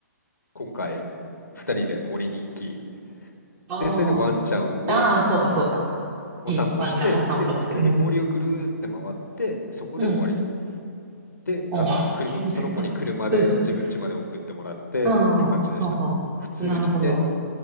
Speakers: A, on the left; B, on the right.
A: 今回二人で森に行き、
B: ああ。
A: で、それでワンちゃんを
B: ああ、そうかそうか。
A: お散歩して、
B: いいワンちゃんを散歩して。
A: で、普通に森をぐるーって回って、
B: うんうん。
A: そこで終わり。
B: うん。
A: で、
B: おお、
A: あの、車、
B: 健全だな。
A: その子に車で自分家まで送ってもらってって感じでした。
B: <laughs> ああ、はあはあ。
A: 普通に。
B: なるほど。
A: で、